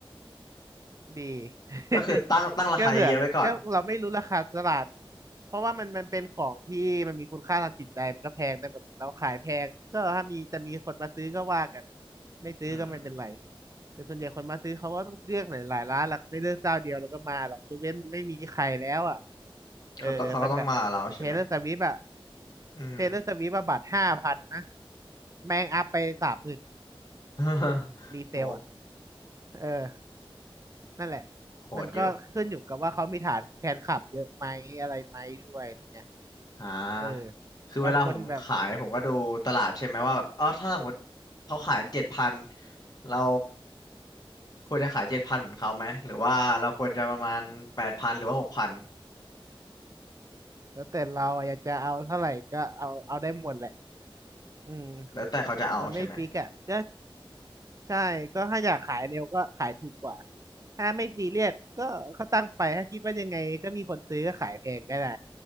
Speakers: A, on the right; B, on the left.
A: ดี <laughs>
B: ก็คือตั้งตั้งราคาเยอะๆไว้ก่อน
A: ก็เผื่อก็เราไม่รู้ราคาตลาดเพราะว่ามันมันเป็นของที่มันมีคุณค่าทางจิตใจมันก็แพงได้หมดแหละเราขายแพงก็ถ้ามีจะมีคนมาซื้อก็ว่ากัน ไม่ซื้อก็ไม่เป็นไร
B: อืม
A: แต่ส่วนใหญ่คนมาซื้อเขาก็ต้องเลือกหลายหลายร้านแหละเขาไม่เลือกเจ้าเดียวแล้วก็มาหรอกยกเว้นมันไม่มีใครแล้วอ่ะเออมันแบบเหมือนเทเลอร์สวิฟอะ
B: เขาต้องเขาก็ต้องมากับเราใช่ไหมอืม
A: เทเลอร์สวิฟอะบัตรห้าพันนะแม่งอัพไปสามหมื่น
B: <laughs>
A: รีเซลอะ
B: โห
A: เออ นั่นแหละ
B: โหดอยู่
A: มันก็ขึ้นอยู่กับว่าเขามีฐานแฟนคลับเยอะไหมอะไรไหมด้วยอะไรเงี้ย
B: อ่าคือเวลาผมขายผมก็ดูตลาดใช่ไหมว่าแบบอ๋อถ้าสมมติเขาขายเจ็ดพัน7,000เรา
A: เออบางคนแบบ
B: ควรจะขายเจ็ดพันเหมือนเขาไหมหรือว่าเราควรจะประมาณแปดพันหรือว่าหกพัน
A: แล้วแต่เราอะอยากจะเอาเท่าไหร่ก็เอาเอาได้หมดแหละอืม
B: แล้วแต่เขาจะเอาใช่ไหม
A: มันไม่ฟิกอ่ะก็ใช่ก็ถ้าอยากขายเร็วก็ขายถูกกว่า ถ้าไม่ซีเรียสก็เขาตั้งไป ถ้าคิดว่ายังไงก็มีคนซื้อก็ขายแพงก็ได้